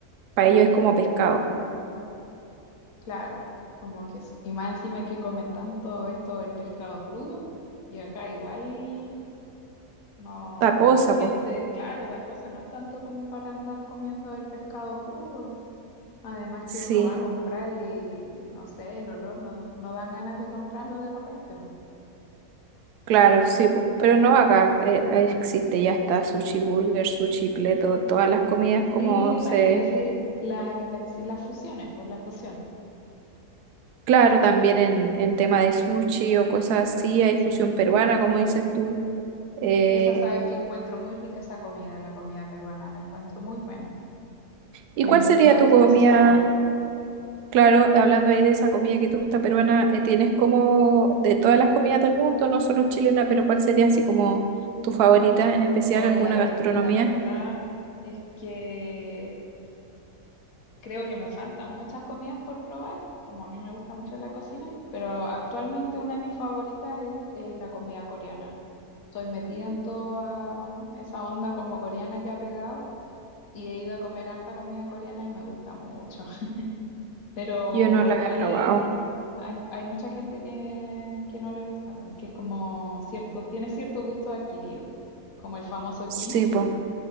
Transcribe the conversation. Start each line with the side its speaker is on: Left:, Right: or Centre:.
Right: para ellos es como pescado.
Left: Claro, como que, es- y más encima que comen tanto esto, el pescado crudo, y acá igual no,
Right: Otra cosa,
Left: la gente,
Right: pues.
Left: claro, da cosa, no es tanto como para andar comiendo el pescado crudo. Además
Right: Sí,
Left: que uno va a comprar y no sé, el olor no, no dan ganas de comprarlo de repente. po.
Right: claro, sí, pues. Pero no acá eh, existe, ya está sushi burger, sushi pleto, todas las comidas como
Left: Sí,
Right: se...
Left: para qué decir la invenci- las fusiones, pues la fusión.
Right: Claro, también en, en tema de sushi o cosas así, hay fusión peruana, como dices tú. Eh,
Left: Esa sabes que encuentro muy rica esa comida, la comida peruana, la encuentro muy buena.
Right: ¿y
Left: Me,
Right: cuál
Left: en-
Right: sería
Left: me gusta
Right: tu comida?
Left: ese sabor.
Right: Claro, hablando ahí de esa comida que te gusta peruana, eh, ¿tienes como de todas las comidas del mundo, no solo chilena, pero cuál sería así como tu favorita, en especial
Left: Hoy
Right: alguna
Left: la ver-
Right: gastronomía?
Left: la verdad es que creo que me faltan muchas comidas por probar, como a mí me gusta mucho la cocina, pero actualmente una de mis favoritas es eh, la comida coreana. Estoy metida en toda esa onda como coreana que ha pegado y he ido a comer harta comida coreana y me gusta mucho. <laughs> Pero
Right: Yo no la
Left: igual
Right: he probado.
Left: es- hay, hay mucha gente que, que no le gusta, pues, que es como cierto, tiene cierto gusto adquirido, como el famoso
Right: Sí,
Left: kimchi.
Right: pues,